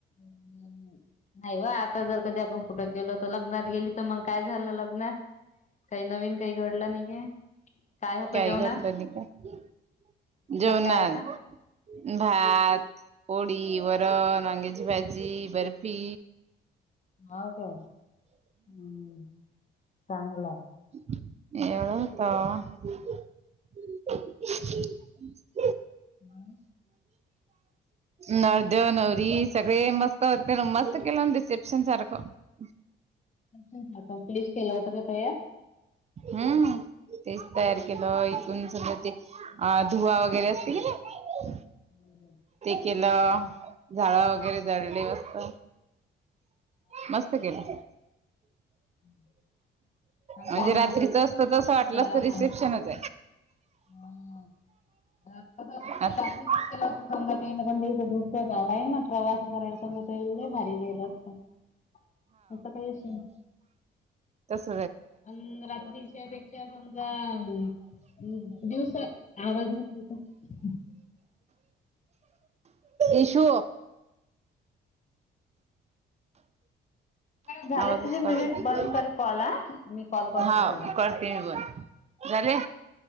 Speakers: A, on the left; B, on the right.
A: हम्म, नाही वा आता जर कधी आपण कुठं गेलो तर लग्नात गेली तर मग काय झालं लग्नात काही नवीन काही घडलं नाही काय होतं
B: काय
A: जेवणात
B: घडलं नाही काय जेवणात
A: काय होता
B: भात पोळी वरन वरण वांग्याची भाजी बर्फी
A: हो का हम् चांगलं
B: एवढंच
A: म
B: नवरदेव नवरी सगळे मस्त होते मस्त केलं ना रिसेप्शन सारखं हम
A: प्लिश केलं होत का तयार
B: हा तेच तयार केलं इकून समजा ते अ धुवा वगैरे असतील कि ना
A: हम् हम
B: केलं झाड वगैरे जळले असत मस्त केलं
A: हम्म चांगला
B: म्हणजे
A: ना
B: रात्रीच
A: आता तसस
B: असत तसं वाटलं
A: निघाला
B: असत रिसेप्शनच
A: ना ह नाही
B: आहे
A: रात्रीचा केला अस सज गला आहे ना प्रवास करायल को इल्ले भारी गईल अस असं काही अस
B: तस
A: अ रात्रीच्या पेक्षा समजा आ हम् दिवसा आवाज न होता
B: इशु
A: झाले
B: आवाजच
A: तुझे
B: करते
A: मिनिट बंद कर कॉल हा मी कॉल करते
B: हा
A: तुला
B: करते मी पण जा रे